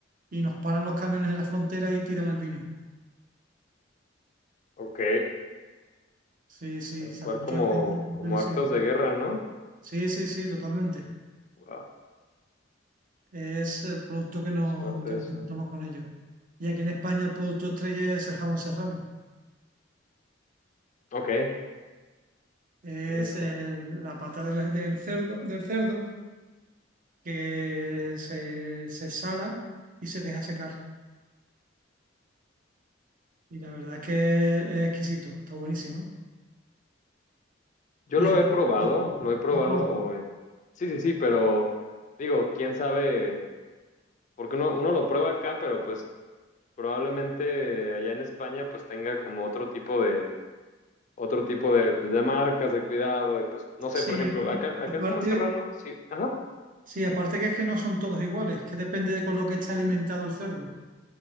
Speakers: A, on the right (about 45°); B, on the left (about 40°).
A: y nos paran los camiones en la frontera y tiran el vino.
B: ok,
A: Sí, sí,
B: tal
A: sale
B: cual
A: muchas
B: como,
A: veces en, tele- en
B: como
A: televisión.
B: actos de guerra, ¿no?
A: Sí, sí, sí, totalmente.
B: Wow,
A: Es el producto que, no,
B: es fuerte
A: que
B: eso.
A: nos disputamos con ellos. Y aquí en España el producto estrella es el jamón serrano.
B: Ok, qué
A: Es
B: rico.
A: el- la pata del, del cerdo, del cerdo que se, se sala y se deja secar. Y la verdad es que es exquisito, está buenísimo.
B: Yo
A: Y
B: lo
A: es el-
B: he probado, lo he probado
A: ¿Lo has probado?
B: en... Sí, sí, sí, pero digo, quién sabe, porque uno, uno lo prueba acá, pero pues probablemente allá en España pues tenga como otro tipo de, otro tipo de, pues, de marcas de cuidado y pues, no sé,
A: Sí,
B: por ejemplo,
A: aquí,
B: acá, acá
A: aparte,
B: el jamón serrano, sí, ajá,
A: sí, aparte que es que no son todos iguales, que depende de con lo que esté alimentado el cerdo.